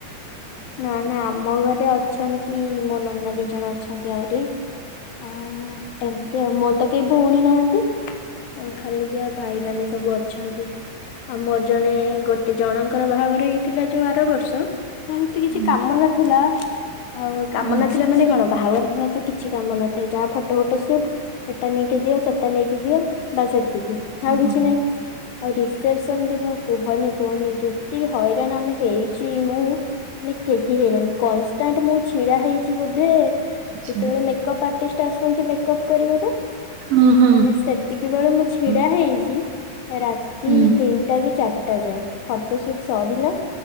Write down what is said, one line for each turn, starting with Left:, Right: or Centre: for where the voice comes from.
Left: ନାଁ ନାଁ ଆମ ଘରେ ଅଛନ୍ତି ମୋ ନନା ଦି ଜଣ ଅଛନ୍ତି ଆହୁରି। ଆ ଏମତି ଆଉ ମୋ ତ କେହି ଭଉଣୀ ନାହା ଅ ଖାଲି ଯାହା ଭାଇମାନେ ସବୁ ଅଛନ୍ତି ଆଉ ମୋର ଜଣେ ଗୋଟେ ଜଣଙ୍କର ବାହାଘର ହେଇଥିଲା ଯୋଉ ଆର ବର୍ଷ ତା ହେତେ କିଛି
Right: ହୁଁ
Left: କାମ ନଥିଲା। ଆଉ କାମ
Right: ହୁଁ
Left: ନଥିଲା ମାନେ କଣ ବାହାଘର ଦିନ ତ କିଛି କାମ ନଥାଏ ଯାହା ଫଟ ଉଟ ସୁଟ୍ ଏଟା ନେଇକି ଦିଅ ସେଟା ନେଇକି ଦିଅ ବାସ୍ ଏ ତିକି
Right: ହଁ
Left: ଆଉ କିଛି ନାହିଁ। ଆଉ ରିସେପ୍ସନ୍ ଦିନ କୁହନି କୁହନି ଯେତିକି ହଇରାଣ ଆମେ ହେଇଚି ମୁଁ। ନେ କେହି ହେଇନାହାନ୍ତି କନଷ୍ଟାଣ୍ଟ୍ ମୁଁ ଛିଡ଼ା ହେଇଚି ବୋଧେ
Right: ଆଚ୍ଛା
Left: ଯେତୋଳେ ମେକପ୍ ଆ ଟିଷ୍ଟ୍ ଆସନ୍ତି ମେକପ୍ କରିବାକୁ
Right: ହଁ ହଁ
Left: ମାନେ ସେତିକି ବେଳୁ ମୁଁ ଛିଡ଼ା
Right: ହଁ
Left: ହେଇକି ରାତି
Right: ହୁଁ।
Left: ତିନିଟା କି ଚାର୍ ଟା ଯାଏଁ ଫଟ ସୁଟ୍ ସରିଲା